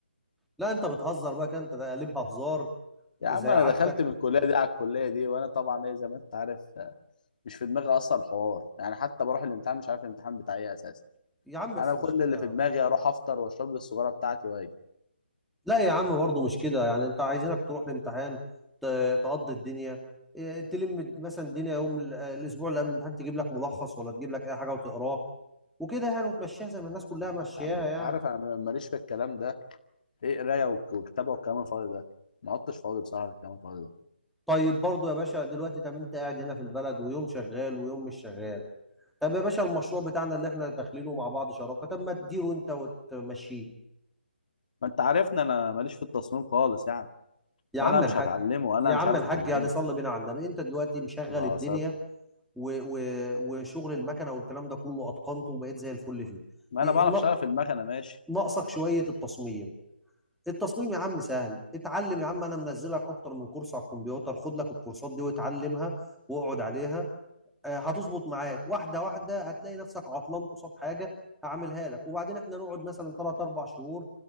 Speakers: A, in the centre; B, on the left (about 45°).
A: لا انت بتهزر بقى كده انت قلبها هزار
B: يا عم
A: زي
B: انا
A: عادتك
B: دخلت من الكليه دي على الكليه دي وانا طبعا ايه زي ما انت عارف مش في دماغي اصلا الحوار يعني حتى بروح الامتحان مش عارف الامتحان بتاعي ايه اساسا
A: يا عم بس
B: انا كل
A: مش كده
B: اللي
A: يا
B: في
A: عم
B: دماغي اروح افطر واشرب لي السجاره بتاعتي واجي
A: لا يا عم برضه مش كده يعني انت عايزينك تروح الامتحان ت- تقضي الدنيا إيه، تلم مثلا الدنيا يوم ال- اه، الاسبوع اللي قبل الامتحان تجيب لك ملخص ولا تجيب لك اي حاجه وتقراه وكده يعني وتمشيها زي ما الناس كلها ماشياها
B: يا عم انت
A: يعني
B: عارف انا ماليش في الكلام ده ايه قرايه وك- وكتابه والكلام الفاضي ده ما عدتش فاضي بصراحه للكلام الفاضي ده
A: طيب برضو يا باشا دلوقتي طب انت قاعد هنا في البلد ويوم شغال ويوم مش شغال طب يا باشا المشروع بتاعنا اللي احنا داخلينه مع بعض شراكة طب ما تديره انت وتمشيه
B: ما انت عارفني انا ماليش في التصميم خالص يعني
A: يا
B: وانا
A: عم
B: مش
A: الحاج
B: هتعلمه انا
A: يا
B: مش
A: عم
B: عارف
A: الحاج
B: اتعلمه
A: يعني صلي بينا على النبي انت دلوقتي مشغل
B: الله
A: الدنيا و... و... وشغل المكنة والكلام ده كله اتقنته وبقيت زي الفل فيه
B: ما
A: ي-
B: انا بعرف
A: نا-
B: اشتغل في المكنه ماشي
A: ناقصك شوية التصميم التصميم يا عم سهل اتعلم يا عم انا منزلك اكتر من كورس على الكمبيوتر خد لك الكورسات دي واتعلمها واقعد عليها آه، هتظبط معاك واحده واحده هتلاقي نفسك عطلان قصاد حاجه هعملها لك وبعدين احنا نقعد مثلا ثلاث اربع شهور